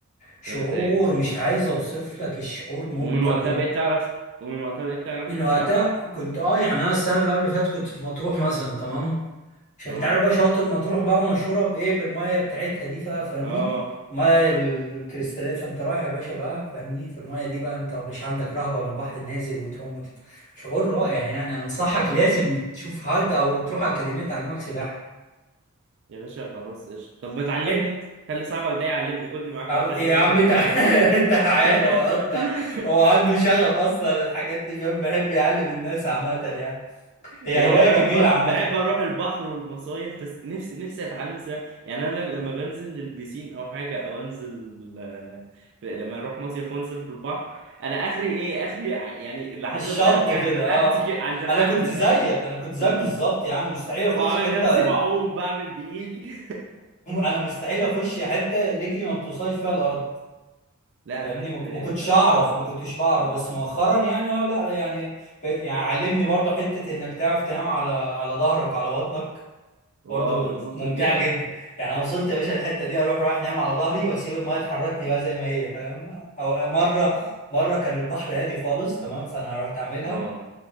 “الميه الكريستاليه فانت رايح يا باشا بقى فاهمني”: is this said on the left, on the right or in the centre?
Left